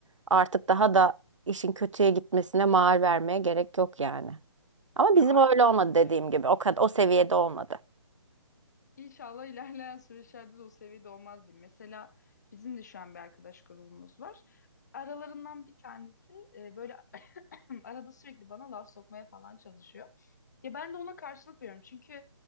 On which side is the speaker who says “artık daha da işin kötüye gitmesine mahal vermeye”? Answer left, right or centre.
Right